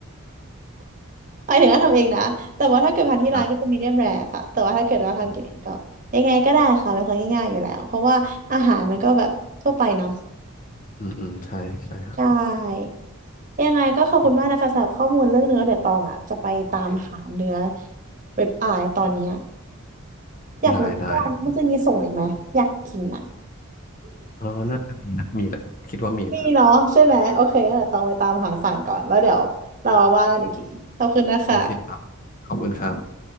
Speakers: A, on the right (about 40°); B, on the left (about 40°).
A: หมายถึงว่าทำเองนะ แต่ว่าถ้าเกิดทานที่ร้านก็จะมีเดียมแรค่ะแต่ว่าถ้าเกิดว่าทำกินเองก็ยังไงก็ได้ค่ะ
B: อ่า อืมอ
A: เป็นคนง่ายๆอยู่แล้วเพราะว่าอาหารมันก็แบบทั่วไปเนาะ
B: ืม อืม ใช่ ใช่ครับ
A: ใช่ยังไงก็ขอบคุณมากนะคะสำหรับข้อมูลเรื่องเนื้อเดี๋ยวตองอ่ะจะไปตามหาเนื้อ
B: อืมโอเค
A: เว็บอายตอนเนี้ยอยากรู้ว่าอันนี้มันจะมีส่งอีกไหมอยากกินนะ
B: ได้ ได้ครับเออน่าจะมีนะมีแหละคิดว่ามีนะครับ
A: มีเนาะใช่ไหมโอเคงั้นเดี๋ยวตองไปตามหาสั่งก่อนแล้วเดี๋ยวเรามาว่ากันอีกทีขอบคุณนะคะ
B: โอเคครับ ขอบคุณครับ